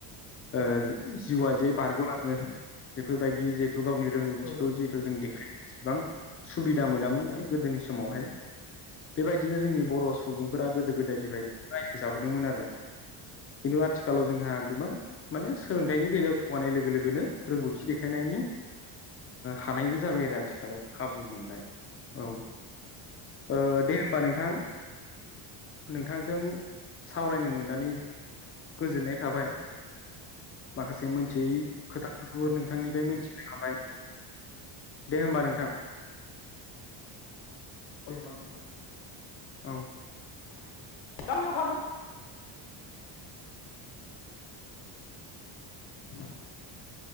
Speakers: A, on the left (about 80°); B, on the left (about 30°).
A: औ
B: ओ जिउआ जे बारग'लाङो बेफोरबायदि जे थ' गावनि रोंगौथिखौ
A: औ
B: जिहेथु जों देखाय इसेबां सुबिदा मोनामोन माने गोदोनि समावहाय बेबायदि बिदिनो जोंनि बर' सुबुंफोरा गोदो गोदायनिफ्राय रायजो जाबोदोंमोन आरो खिन्थु आथिखालाव जोंहा गोबां माने सोलोंथाइनि बेलायाव जौगानाय लोगो लोगोनो रोंगौथि देखायनायनि हानायबो जाबाय आरो आथिखालाव खाबु मोनबाय औ ओ दे हबा नोंथां नोंथांजों सावरायनो मोननानै जोबोद गोजोननाय थाबाय माखासे मोनथियै खोथाफोरखौबो नोंथांनिफ्राय मिथि <unintelligible> दे होमबा नोंथां
A: <unintelligible>
B: औ
A: <unintelligible> थांगोन
B: <inaudible>